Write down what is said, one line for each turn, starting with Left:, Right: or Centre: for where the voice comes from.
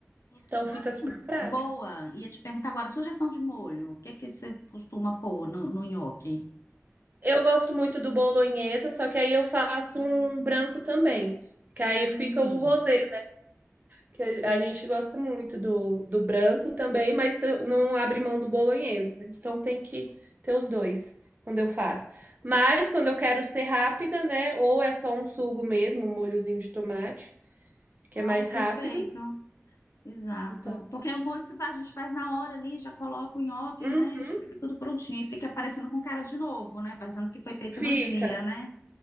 Left: Isso,
Right: Então
Left: de
Right: fica
Left: assim,
Right: super prático.
Left: boa. Ia te perguntar agora, sugestão de molho. O que que você costuma pôr no, no nhoque?
Right: Eu gosto muito do bolonhesa, só que aí eu faço um branco também, que aí
Left: Hum.
Right: fica o rosé. que a a gente gosta muito do, do branco também, mas t- não abre mão do bolonhesa. Então tem que ter os dois quando eu faço. Mas quando eu quero ser rápida, né? Ou é só um sugo mesmo, um molhozinho de tomate, que é mais
Left: Ai, perfeito.
Right: rápido.
Left: Exato.
Right: Então,
Left: Porque o molho se faz, a gente faz na hora ali, já coloca o nhoque,
Right: uhum,
Left: né? e Já fica tudo prontinho. E fica parecendo com cara de novo, né? Parecendo que foi feito
Right: fica.
Left: no dia, né?